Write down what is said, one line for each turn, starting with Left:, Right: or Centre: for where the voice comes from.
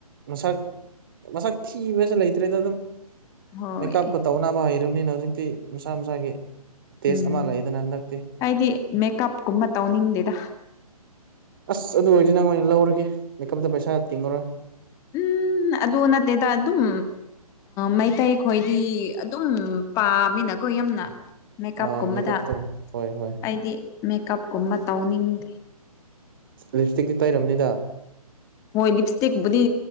Right: ꯃꯁꯛ ꯃꯁꯛ ꯊꯤꯕꯁꯨ ꯂꯩꯇ꯭ꯔꯦꯗ ꯑꯗꯨꯝ
Left: ꯍꯣꯏ
Right: ꯃꯦꯀꯞꯀ ꯇꯧꯅꯕ ꯍꯩꯔꯕꯅꯤꯅ ꯍꯧꯖꯤꯛꯇꯤ ꯃꯁꯥ ꯃꯁꯥꯒꯤ ꯇꯦꯁ
Left: ꯎꯝ
Right: ꯑꯃ ꯂꯩꯗꯅ ꯍꯟꯗꯛꯇꯤ
Left: ꯑꯩꯗꯤ ꯃꯦꯀꯞ ꯀꯨꯝꯕ ꯇꯧꯅꯤꯡꯗꯦꯗ
Right: ꯑꯁ ꯑꯗꯨ ꯑꯣꯏꯔꯗꯤ ꯅꯪ ꯑꯣꯏꯅ ꯂꯧꯔꯒꯦ ꯃꯦꯀꯞꯇ ꯄꯩꯁꯥ ꯇꯤꯡꯉꯨꯔꯣꯏ
Left: ꯎꯝ ꯑꯗꯨ ꯅꯠꯇꯦꯗ ꯑꯗꯨꯝ ꯃꯩꯇꯩ ꯈꯣꯏꯗꯤ ꯑꯗꯨꯝ ꯄꯥꯝꯃꯤꯅ ꯖꯒꯣꯏ ꯌꯅ ꯃꯦꯀꯞ
Right: ꯑꯥ
Left: ꯀꯨꯝꯕꯗ
Right: ꯃꯦꯀꯞꯇꯣ ꯍꯣꯏ ꯍꯣꯏ
Left: ꯑꯩꯗꯤ ꯃꯦꯀꯞꯀꯨꯝꯕ ꯇꯧꯅꯤꯡꯗꯦ
Right: ꯂꯤꯞꯁꯇꯤꯛꯇꯤ ꯇꯩꯔꯝꯅꯤꯗ
Left: ꯍꯣꯏ ꯂꯤꯞ ꯏꯁꯇꯤꯛꯄꯗꯤ